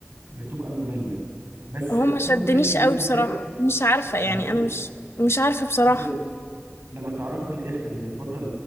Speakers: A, on the right; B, on the left.
A: بتبقى مملة بس
B: هو
A: اتاك
B: ما شدنيش
A: اون تايتن
B: قوي
A: ده بالذات
B: بصراحه مش عارفه يعني
A: يعني انت
B: انا مش مش عارفه بصراحه
A: انت لما تعرفي في الاخر ان البطل